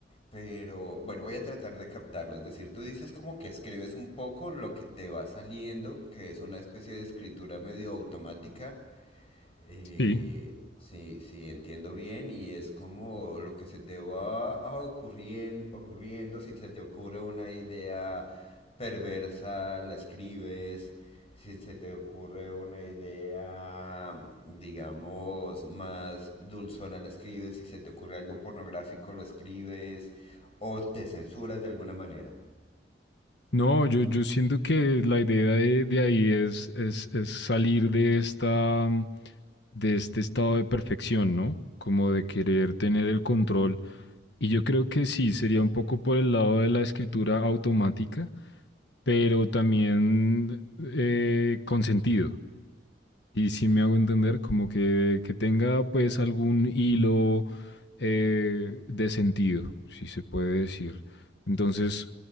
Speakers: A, on the left; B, on the left.
A: pero bueno, voy a tratar de captarlo. Es decir, tú dices como que escribes un poco lo que te va saliendo, que es una especie de escritura medio automática, eh,
B: Sí,
A: sí, sí, entiendo bien y es como lo que se te va ocurriendo ocurriendo, si se te ocurre una idea perversa, la escribes, si se te ocurre una idea, digamos, más dulzona, la escribes, si se te ocurre algo pornográfico, lo escribes o te censuras de alguna manera.
B: No, yo, yo siento que la idea de, de ahí es, es, es salir de esta, mm, de este estado de perfección, ¿no? Como de querer tener el control. Y yo creo que sí, sería un poco por el lado de la escritura automática, pero también eh, con sentido. Y si me hago entender, como que, que tenga pues algún hilo eh, de sentido, si se puede decir. Entonces,